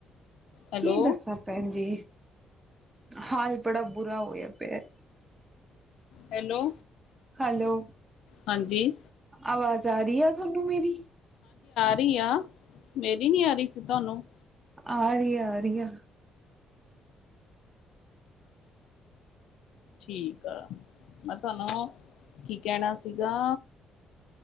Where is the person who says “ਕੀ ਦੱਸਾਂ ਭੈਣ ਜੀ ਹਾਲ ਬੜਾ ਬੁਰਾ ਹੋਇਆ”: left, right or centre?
Right